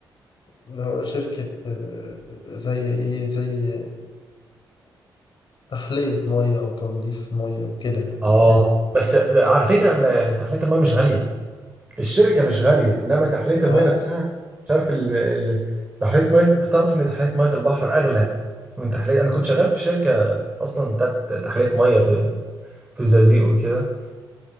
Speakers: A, on the left; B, on the right.
A: إن هو شركة آه، زي إيه زي تحلية مية أو تنظيف مية وكده يعني
B: اه بس على فكره ال- تحليه الماء مش غاليه الشركه مش غاليه انما تحليه الماء
A: اه
B: نفسها مش عارف ال- ال- تحليه ميه انت تعرف ان تحليه ميه البحر اغلى من تحلية أنا كنت شغال في شركة أصلا بتاعت تحلية مية في في الزقازيق وكده